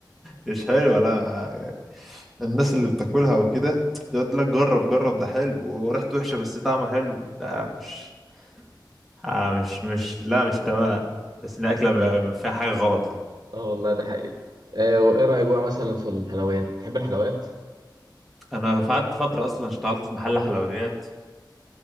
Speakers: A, in the centre; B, on the right.
A: مش حلوه لا ما- الناس اللي بتاكلها وكده يقعد لك جرب جرب ده حلو وريحته وحشه بس طعمه حلو لا مش آه مش مش لا مش تمام بس ان الاكلة ما- فيها حاجة غلط
B: اه والله ده حقيقة آه وايه رأيك بقى مثلا في الحلويات تحب الحلويات
A: انا قعدت فتره اصلا اشتغلت في محل حلويات